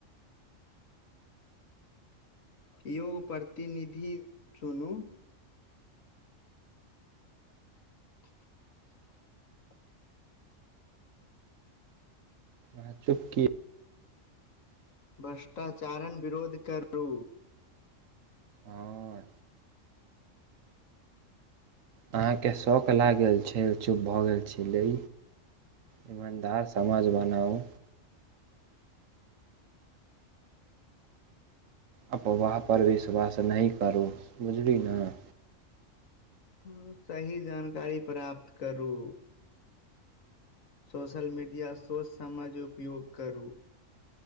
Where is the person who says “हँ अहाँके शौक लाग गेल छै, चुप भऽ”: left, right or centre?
Right